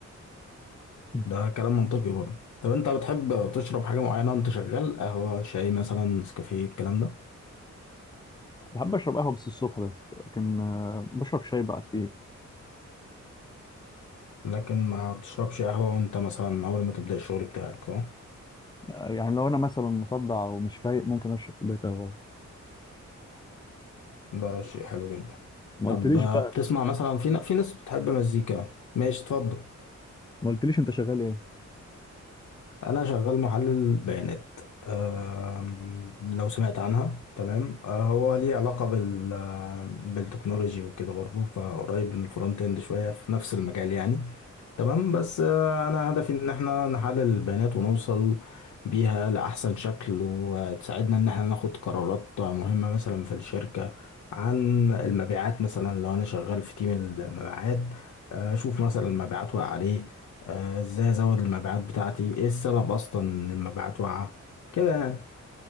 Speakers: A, on the left; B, on the left.
A: مم.
B: ده كلام منطقي برضه طب انت بتحب تشرب حاجة معينة وانت شغال قهوة شاي مثلا نسكافيه الكلام ده
A: بحب اشرب قهوه بس الصبح بس لكن آه، بشرب شاي بقى كتير
B: لكن ما تشربش قهوة وانت مثلا اول ما تبدأ الشغل بتاعك صح؟
A: آه، يعني لو انا مثلا مصدع ومش فايق ممكن اشرب كوبايه قهوه
B: ده شيء حلو جدا
A: ما
B: طب
A: قلتليش
B: آه،
A: بقى
B: بتسمع مثلا في ن- في ناس بتحب مزيكا ماشي اتفضل
A: ما قلتليش انت شغال ايه
B: انا شغال محلل بيانات آم، لو سمعت عنها تمام آه، هو ليه علاقة بال آه، بالتكنولوجي وكده برضو فقريب من الفرونت اند شوية في نفس المجال يعني تمام بس آه، انا هدفي ان احنا نحلل البيانات ونوصل بيها لاحسن شكل وتساعدنا ان احنا ناخد قرارات مهمة مثلا في الشركة عن المبيعات مثلا لو انا شغال في تيم المبيعات آه، اشوف مثلا المبيعات واقعة عليه ازاي ازود المبيعات بتاعتي ايه السبب اصلا ان المبيعات واقعة كده يعني